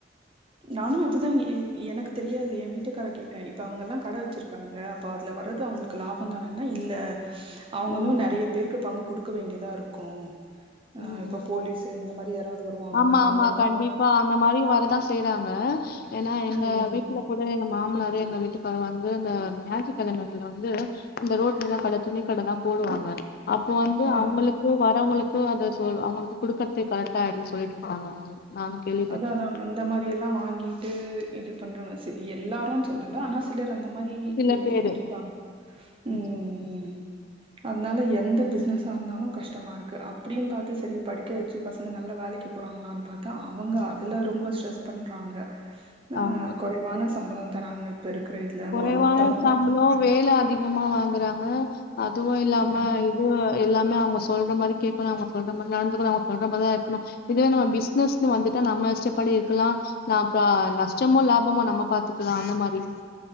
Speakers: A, on the right; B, on the left.
A: நானும் அதுதான் எனக்கு தெரியாது என் வீட்டுக்கார கேட்டேன் இப்ப அவங்க எல்லாம் கட வச்சிருக் காங்க அப்ப அதுல வரது அவங்களுக்கு லாபம் தான இல்ல அவங்களும்
B: ம்
A: நிறைய பேர் க்கு பங்கு கொடுக்க வேண்டியதா இருக்கும் ஆ
B: ம்
A: இப்ப போலீஸ் இந்த மாரி யாராவ் வருவாங்க
B: ஆமா
A: அவங்கல்லா
B: ஆமா கண்டிப்பா அந்த மாரி வரதான் செய்றாங்க ஏன்னா எங்க
A: ம்.
B: வீட்ல கூடவே எங் மாமனார் எங்க வீட்டுக்காரு வந்து அந்த மேஜிக் தலைமகள்ல வந்து இந்த ரோட்லதான் கட துணி கட தான் போடுவாங்க அப்போ வந்து
A: ஆ.
B: அவங்களுக்கு வரவங்களுக்கு அதை சொ அவங்களுக்கு குடுக்கறதுக்கு கரெக்டா ஆய்டுச்சு போய்ட்டுருப்பாங்க அது நானும் கேள்விப்பட்டிருக்கேன்.
A: அதா அதான் அந்த மாரி எல்லாம் வாங்கிட்டு இது பண்றவங்க சரி எல்லாரும் சொல்லல ஆனா சிலர் அந்த மாரி
B: சில
A: இ
B: பேரு
A: இருப்பாங்க ம்
B: சரி, சரி.
A: ம் அதனால எந்த பிசினஸாஸ் இருந்தாலும் கஷ்டமா இருக்கு அப்டின்னு பார்த்த சேரி படிக்க வச்சு பசங்க நல்ல வேலைக்கு போறாங்களான்னு பார்த்தா அப் அவங்க அதுல ரொம்ப ஸ்ட்ரெஸ் பண்றாங்க அ
B: ஆமா.
A: குறைவான சம்பளம் தராங்க இப்ப இருக்குற இதுல
B: குறைவான
A: மொ மொத்தமா
B: சாம்பளம் வேலை அதிகமா வாங்குறாங்க அதுவும் இல்லாம
A: ம்
B: இது எல்லாமே அவங்க சொல்ற மாரி கேக்கணும் அவங்க சொல்ற மாரி நடந்துக்குனும் அவங்க சொல்ற மாரி தான் இருக்கணும் இதுவே நம்ம பிசினஸ்ன்னு வந்துட்டா நம்ம இஷ்டப்படி இருக்கலா நா ப நஷ்டமோ லாபமோ நம்ம பாத்துக்கலா அந்த மாரி